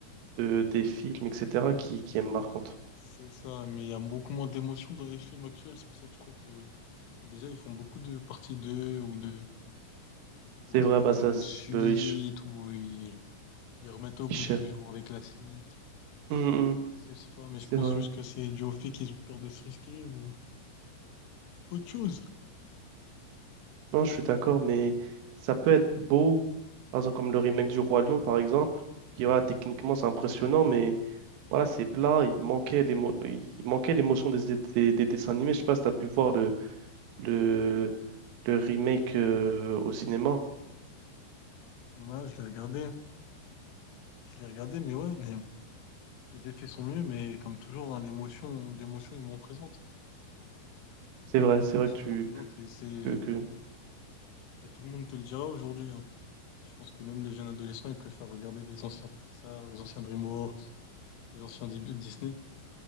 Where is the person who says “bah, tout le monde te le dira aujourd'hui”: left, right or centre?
Left